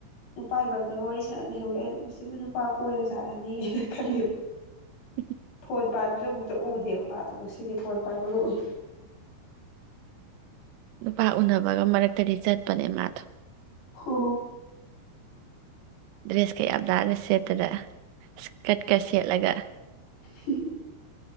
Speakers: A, on the left; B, on the right.
A: ꯅꯨꯄꯥꯏ ꯃꯔꯝꯗꯒ ꯋꯥꯔꯤ ꯁꯥꯟꯅ ꯂꯩꯍꯧꯋꯦ ꯑꯁꯤꯕꯨ ꯅꯨꯄꯥ ꯀꯣꯏꯔ ꯖꯥꯠꯂꯅꯦꯅ ꯈꯜꯂꯦ
B: ꯎ
A: ꯐꯣꯟ ꯄꯥꯏꯕꯁꯨ ꯑꯃꯨꯛꯇ ꯎꯗꯦꯕ ꯃꯥꯗꯣ ꯉꯁꯤꯗꯤ ꯐꯣꯟ ꯄꯥꯏꯕꯒ ꯎꯏ
B: ꯅꯨꯄꯥ ꯎꯅꯕꯒ ꯃꯔꯛꯇꯗꯤ ꯆꯠꯄꯅꯦ ꯃꯥꯗꯣ
A: ꯍ
B: ꯗ꯭ꯔꯦꯁꯀ ꯌꯥꯝ ꯅꯥꯟꯅ ꯁꯦꯠꯇꯅ ꯏ꯭ꯁꯀꯠꯀ ꯁꯦꯠꯂꯒ
A: ꯍꯨꯝ ꯍꯨꯝ